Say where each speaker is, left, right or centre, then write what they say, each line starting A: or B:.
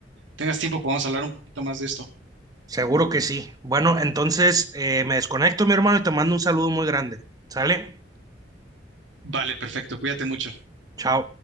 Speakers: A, on the right (about 80°); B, on the right (about 20°).
A: tengas tiempo podemos hablar un poquito más de esto.
B: Seguro que sí. Bueno, entonces eh, me desconecto, mi hermano, y te mando un saludo muy grande. ¿Sale?
A: Vale, perfecto. Cuídate mucho.
B: Chao.